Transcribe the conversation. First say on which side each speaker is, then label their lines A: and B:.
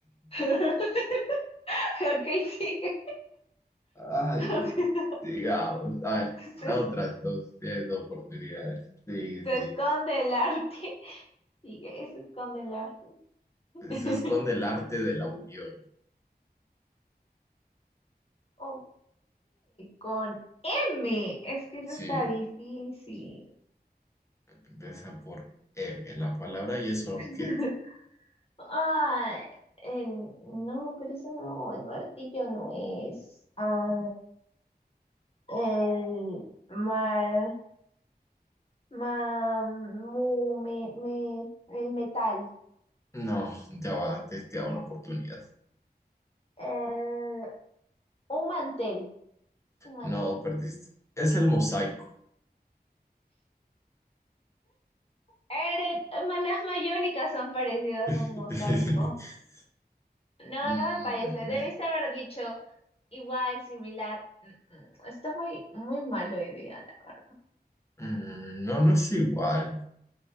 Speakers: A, on the left (about 35°); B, on the left (about 15°).
A: <laughs> Ok, sigue.
B: <laughs> ay,
A: <laughs>
B: no. Digamos, a ver,
A: Se,
B: las otras dos tienes dos oportunidades. Sí,
A: se
B: sí.
A: esconde el arte. Sigue, se esconde el arte.
B: Se
A: <laughs>
B: esconde el arte de la unión.
A: Ok, con M. Es que eso
B: Sí.
A: está difícil.
B: Empieza por M, la palabra y es un objeto.
A: <laughs> Ah, el- no, pero eso no, el martillo no es. Ah, el mar, ma- mu- me, me- el metal.
B: No, ya va, antes queda una oportunidad.
A: Eh, un mantel, un mantel.
B: No, perdiste. Es el mosaico.
A: Eres- ma- las mayólicas son parecidas
B: <laughs>
A: a un mosaico. No,
B: Mm,
A: no me parece. Debiste haber dicho igual, similar. Mm, mm, Está muy, muy malo hoy día. la-
B: mm, no, no es igual.